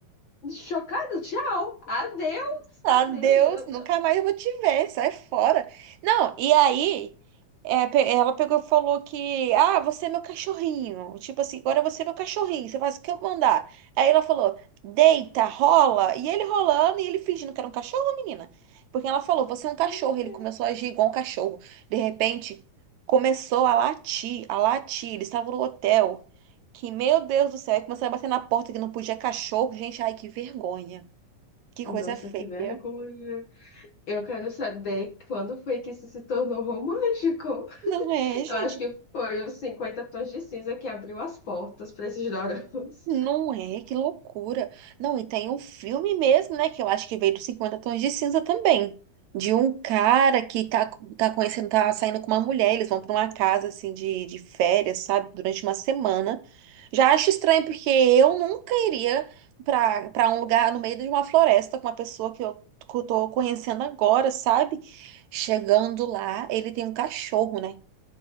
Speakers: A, on the left; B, on the right.
A: chocada. Tchau, adeus, adeus.
B: Adeus,
A: Eu,
B: nunca
A: eu-
B: mais eu vou te ver, sai fora. Não, e aí, é, pe- ela pegou e falou que, ah, você é meu cachorrinho. Tipo assim, agora você é meu cachorrinho, você faz o que eu mandar. Aí ela falou, deita, rola. E ele rolando e ele fingindo que era um cachorro, menina. Porque ela falou, você é um cachorro.
A: meu
B: Ele
A: Deus.
B: começou a agir igual um cachorro. De repente, começou a latir, a latir. Eles estavam no hotel. Que, meu Deus do céu, aí começou a bater na porta que não podia cachorro. Gente, ai, que vergonha. Que coisa
A: Nossa,
B: feia.
A: que vergonha. Eu quero saber quando foi que isso se tornou romântico.
B: Não é, gente?
A: Eu acho que foi os 50 Tons de Cinza que abriu as portas para esses doramas.
B: Não é, que loucura. Não, e tem um filme mesmo, né? Que eu acho que veio dos Cinquenta Tons de Cinza também. De um cara que tá, tá conhecendo, tá saindo com uma mulher, eles vão pra uma casa assim de, de férias, sabe? Durante uma semana. Já acho estranho, porque eu nunca iria pra, pra um lugar no meio de uma floresta com uma pessoa que eu, que eu tô conhecendo agora, sabe? Chegando lá, ele tem um cachorro, né?